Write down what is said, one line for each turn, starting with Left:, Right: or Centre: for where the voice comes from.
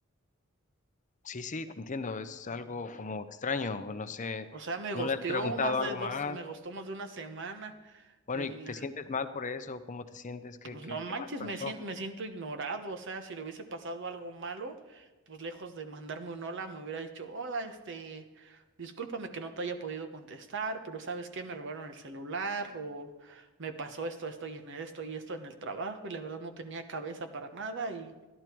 Left: Sí, sí, te entiendo, es algo
Right: Ujú.
Left: como extraño, o no sé,
Right: O sea, me gosteó
Left: no le has preguntado
Right: más
Left: algo
Right: de dos,
Left: más.
Right: me gustó más de una semana.
Left: Bueno,
Right: Y
Left: ¿y te sientes mal por eso? ¿Cómo te sientes? ¿Qué,
Right: Pues
Left: qué,
Right: no manches,
Left: qué más pasó?
Right: me siento, me siento ignorado, o sea, si le hubiese pasado algo malo, pues lejos de mandarme un hola, me hubiera dicho, hola, este, discúlpame que no te haya podido contestar, pero ¿sabes qué? Me robaron el celular o me pasó esto, esto y en esto y esto en el trabajo y la verdad no tenía cabeza para nada y,